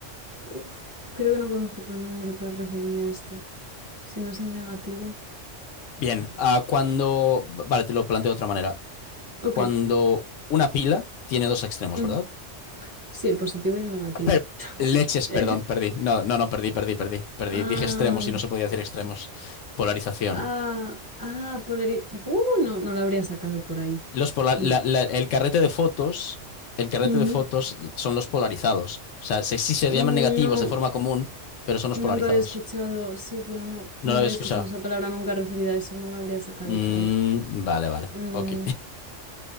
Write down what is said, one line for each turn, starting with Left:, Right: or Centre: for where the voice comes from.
Right: Uf, creo que no conozco otro nombre para referirme a esto. Si no es el negativo.
Left: Bien, ah, cuando... Vale, te lo planteo de otra manera.
Right: Ok.
Left: Cuando una pila tiene dos extremos,
Right: ujú.
Left: ¿verdad?
Right: Sí, el positivo y el negativo.
Left: Per-
Right: <laughs>
Left: leches, perdón, perdí. No, no, no, perdí, perdí, perdí, perdí.
Right: Ah,
Left: Dije extremos y no se podía decir extremos. Polarización.
Right: ah, ah, polari- Uh, no, no lo habría sacado por ahí.
Left: Los pola-
Right: No.
Left: la- la- el carrete de fotos, el carrete
Right: Ujú.
Left: de fotos son los polarizados. O sea, se- sí se
Right: Mm,
Left: llaman negativos
Right: No,
Left: de forma común, pero son los
Right: nunca
Left: polarizados.
Right: había escuchado. Sí, pero no,
Left: No
Right: no
Left: lo había
Right: había
Left: escuchado.
Right: escuchado esa palabra nunca referida a eso. No la habría sacado
Left: Mm,
Right: por ahí.
Left: vale, vale.
Right: Mm,
Left: Ok.